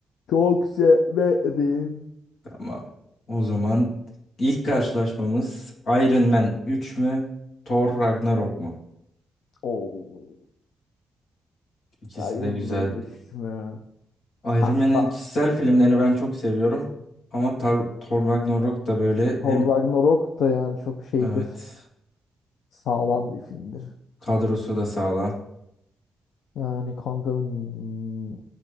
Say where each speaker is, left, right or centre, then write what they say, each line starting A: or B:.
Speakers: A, on the left (about 85°); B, on the left (about 55°).
A: Çok severim.
B: Tamam. O zaman ilk karşılaşmamız Iron Man 3 mü? Thor Ragnarok mu?
A: Oo.
B: İkisi
A: Iron
B: de güzel.
A: Man 3 mü?
B: Iron
A: Kanka
B: Man'in kişisel filmlerini ben çok seviyorum. Ama Tar- Thor Ragnarok da böyle
A: Thor
B: hem
A: Ragnarok da yani çok şeydir.
B: Evet.
A: Sağlam bir filmdir.
B: Kadrosu da sağlam.
A: Yani kanka hmm,